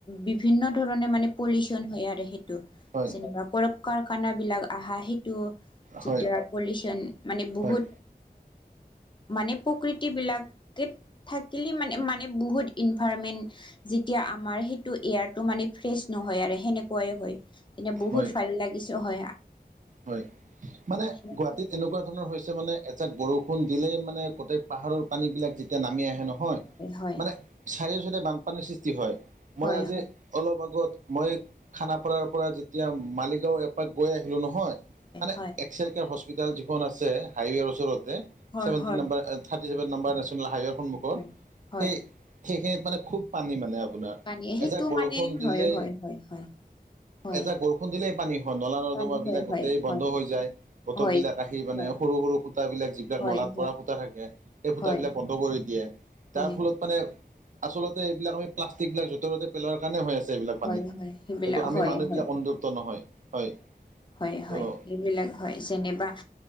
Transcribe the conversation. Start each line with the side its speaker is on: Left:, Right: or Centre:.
Left: বিভিন্ন ধৰণে মানে পলিউচন হয় আৰু সেইটো।
Right: হয়
Left: যেনেবা- কাৰখানা বিলাক আহা সেইটো, যেতিয়া
Right: হয়
Left: পলিউচন, মানে বহুত
Right: হয়
Left: মানে প্ৰকৃতি বিলাকে থাকিলে মানে মানে বহুত ইনভাৰমেন্ট যেতিয়া আমাৰ সেইটো এয়াৰটো মানে ফ্ৰেচ নহয় আৰু সেনেকুৱা কোৱাই হয়। এনে বহুত
Right: হয়
Left: ভাল লাগিছ হয়।
Right: হয়, মানে
Left: হয়
Right: গুৱাহাটীত এনেকুৱা ধৰণৰ হৈছে মানে এজাক বৰষুণ দিলেই মানে, গোটেই পাহাৰৰ পানীবিলাক যেতিয়া নামি আহে নহয়।
Left: হয়
Right: মানে- চাৰিও চাইদে বানপানীৰ সৃষ্টি হয়। মই
Left: হয়
Right: আজি-
Left: হয় হয় হয়
Right: অলপ আগত মই খানাপাৰাৰ পৰা যেতিয়া, মালিগাঁও এপাক গৈ আহিলোঁ নহয়। মানে
Left: হয়
Right: একচুৱেলকে যি খন হস্পিতাল যিখন আছে, হাইৱে ওচৰতে।
Left: হয়
Right: চেভেনটি
Left: হয়
Right: number
Left: হয় হয়
Right: - thirty seven number national হাইৱেৰ সন্মুখত,
Left: হয় হয়
Right: সেই সেইখিনিত মানে খুব পানী মানে আপোনাৰ।
Left: পানী সেইটো
Right: এজাক বৰষুণ
Left: মানে
Right: দিলে।
Left: হয় হয় হয় হয় হয়
Right: এজাক বৰষুণ দিলেই পানী হয়। নলা নৰ্দমা
Left: পানী
Right: বিলাক
Left: হয়
Right: গোটেই
Left: হয়
Right: বন্ধ
Left: হয়
Right: হৈ যায়। বটল
Left: হয়
Right: বিলাক আহি মানে,
Left: হয়
Right: সৰু -সৰু ফুটা বিলাক, যিবিলাক
Left: হয়
Right: নলাত পৰা
Left: হয়
Right: ফুটা থাকে। সেই ফুটাবলাক
Left: হয়
Right: বন্ধ কৰি দিয়ে। তাৰ
Left: হয়
Right: ফলত- মানে আচলতে এইবিলাক আমি প্লাষ্টিক বিলাক য'তে ততে পেলোৱাৰ কাৰণে হৈ আছে এইবিলাক পানী।
Left: হয় হয় সেইবিলাক
Right: কিন্তু আমি
Left: হয়
Right: মানুহবিলাক
Left: হয়
Right: অনুতপ্ত নহয়। হয়,
Left: হয়
Right: ত'
Left: হয়। এইবিলাক হয়, যেনেবা-